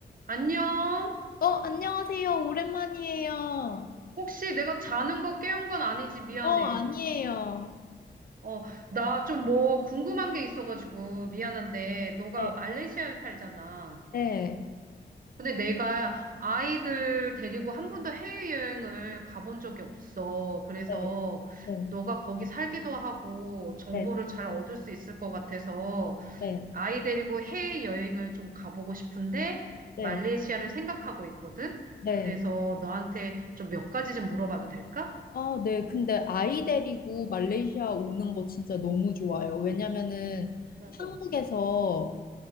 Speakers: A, on the right; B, on the left.
A: 안녕?
B: 어, 안녕하세요. 오랜만이에요.
A: 혹시 내가 자는 거 깨운 건 아니지? 미안해.
B: 어, 아니에요.
A: 어, 나 좀 뭐 궁금한 게 있어가지고 미안한데, 너가
B: 네,
A: 말레이시아에 살잖아.
B: 네,
A: 근데 내가 아이들 데리고 한 번도 해외여행을 가본 적이 없어. 그래서
B: 네, 네,
A: 너가 거기 살기도 하고 정보를
B: 네,
A: 잘 얻을 수 있을 것 같아서
B: 네,
A: 아이 데리고 해외여행을 좀 가보고 싶은데
B: 네,
A: 말레이시아를 생각하고 있거든?
B: 네.
A: 그래서 너한테 좀 몇 가지 좀 물어봐도 될까?
B: 아, 네. 근데 아이 데리고 말레이시아 오는 거 진짜 너무 좋아요. 왜냐면은
A: 어,
B: 한국에서